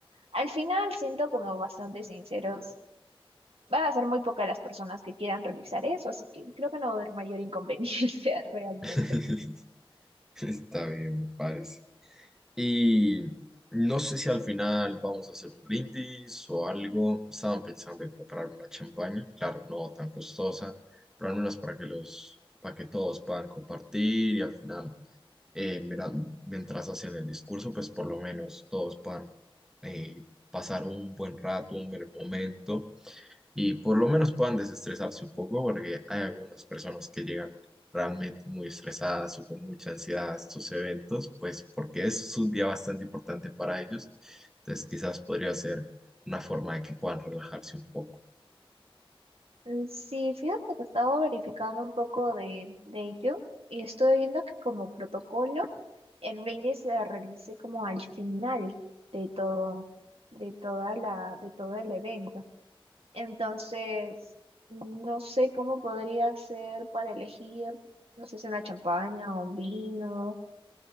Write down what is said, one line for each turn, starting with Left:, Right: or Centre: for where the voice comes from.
Right: Al final siento como bastante sinceros van a ser muy pocas las personas que quieran realizar eso, así que creo que no va a haber mayor inconveniencia <laughs> realmente.
Centre: <laughs> Está bien, me parece. Y no sé si al final vamos a hacer un brindis o algo. Estaban pensando en comprar una champaña, claro, no tan costosa, pero al menos para que los, para que todos puedan compartir y al final, eh, mira, mientras hacen el discurso, pues por lo menos todos puedan eh, pasar un buen rato, un buen momento y por lo menos puedan desestresarse un poco, porque hay algunas personas que llegan realmente muy estresadas o con mucha ansiedad a estos eventos, pues porque es un día bastante importante para ellos. Entonces, quizás podría ser una forma de que puedan relajarse un poco.
Right: Mm, Sí, fíjate que he estado verificando un poco de, de ello y estoy viendo que como protocolo el brindis se realice como al final de todo, de toda la, de todo el evento. Entonces, no sé cómo podría ser para elegir, no sé si una champaña o un vino